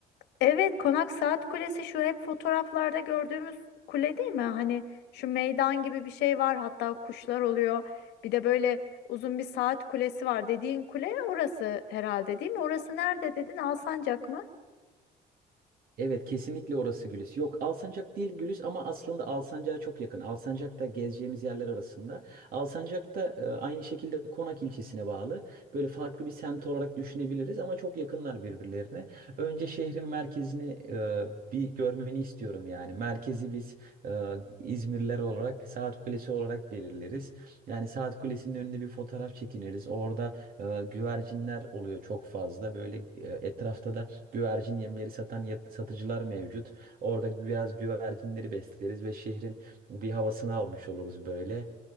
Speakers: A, on the left; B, on the right.
A: evet konak saat kulesi şu hep fotoğraflarda gördüğümüz kule değil mi? Hani şu meydan gibi bir şey var hatta kuşlar oluyor. Bir de böyle uzun bir saat kulesi var dediğin kule orası herhalde değil mi? Orası nerede dedin? Alsancak mı?
B: Evet kesinlikle orası Gülis. Yok Alsancak değil Gülis ama aslında Alsancak'a çok yakın. Alsancak da gezeceğimiz yerler arasında. Alsancak da e, aynı şekilde Konak ilçesine bağlı. Böyle farklı bir semt olarak düşünebiliriz ama çok yakınlar birbirlerine. Önce şehrin merkezini e, bir görmeni istiyorum yani. Merkezi biz e, İzmirliler olarak Saat Kulesi olarak belirleriz. Yani Saat Kulesi'nin önünde bir fotoğraf çekiniriz. Orada e, güvercinler oluyor çok fazla. Böyle e, etrafta da güvercin yemleri satan yat- satıcılar mevcut. Orada biraz güvercinleri besleriz ve şehrin bir havasını almış oluruz böyle.